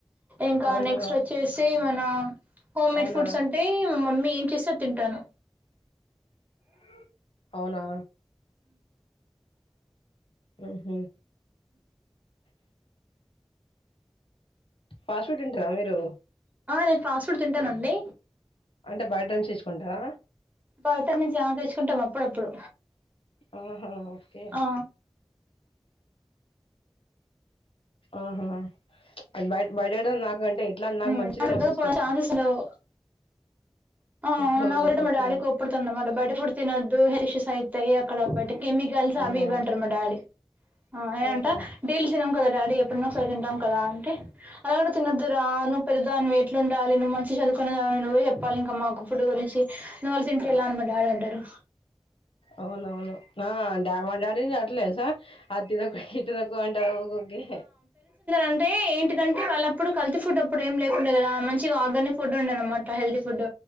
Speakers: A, on the right; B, on the left.
A: ఇంకా
B: అవునా
A: నెక్స్ట్ వచ్చేసి మన హోమ్ మేడ్
B: అవునా
A: ఫుడ్స్ ఉంటే మా మమ్మీ ఏం చేస్తే అది తింటాను
B: అ అవునా మ్మ్ఉమ్మ్ ఫాస్ట్ఫుడ్ ఉంటరా మీరు
A: నేను ఫాస్ట్ ఫుడ్ తింటాను అండి
B: అంటే బయటనుండి తెచూకుంటావ
A: బయట నుంచి ఆ తెచ్చుకుంటాం అప్పుడప్పుడు
B: ఆహా ఓకే
A: ఆ
B: ఆహా అట్ బయట్ బయట ఐటమ్ నాకంటే ఇట్లా నాకు
A: ఉమ్
B: మంచిగా
A: పెద్దగా
B: మస్ ఇష్టం
A: పోవడానికి ఛాన్సెస్ ఉండవు ఆ
B: ఓహో
A: అవునా ఒకరెటే
B: ఓకే
A: మా డాడి కోప్పడుతుండే మాట బయట ఫుడ్స్ తినొద్దు హెల్త్ ఇష్యూస్ అయితాయి అక్కడ బటి కెమికల్స్
B: అవునా
A: అవి ఇవ్వి అంటారు మా డాడీ ఆ నేనంట
B: ఆహా
A: డైలీ తినం కదా డాడీ ఎప్పుడన్నా ఒకసారి తింటాం కదా అంటే అలా కూడా తినద్దురా నువ్వు పెద్ద దానివి ఎట్లుండాలి నువ్వు మంచి చదుకునే దానివి నువ్వే చెప్పాలి ఇం క మాకు ఫుడ్ గురించి నువ్వలా తింటే ఎలా అని మా డాడీ అంటారు
B: అవునవును ఆ డా మా డాడీ కూన అట్లే తెలుసా అది తినకు ఇది తిన కు అంటారు ఊకూకే
A: అంటే ఏంటిదంటే వాళ్ళప్పుడు కల్తీ ఫుడ్ అప్పుడు ఏం లేకుండే కదా మంచిగా ఆర్గానిక్ ఫుడ్ ఉండే అనమాట హెల్తీ ఫుడ్